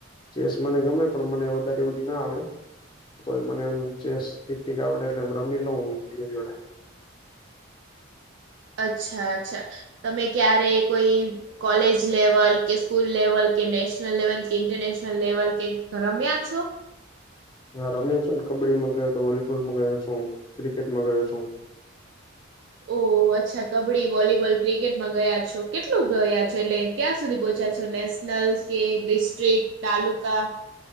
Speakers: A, on the left; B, on the right.
A: ચેસ મને ગમે પણ મને વધારે એવળી ના આવળે. તો મને એમ ચેસ ઠીક ઠીક આવળે એટલે એમ રમી લઉ બીજા જોડે.
B: અચ્છા, અચ્છા તમે ક્યારે કોઈ કોલેજ લેવલ, કે સ્કૂલ લેવલ, કે નેશનલ લેવલ, કે ઇન્ટરનેશનલ લેવલ કે રમ્યા છો?
A: હા રમ્યો છુ ને. કબડ્ડીમાં ગયો તો, વોલીબોલમાં ગયો છું, ક્રિકેટમાં ગયો છું.
B: ઓહ! અચ્છા કબડ્ડી, વોલીબોલ, ક્રિકેટમાં ગયા છો. કેટલું ગયા છો? એટલે ક્યાં સુધી પહોંચ્યા છો નેસ નલ કે ડિસ્ટ્રિક, તાલુકા.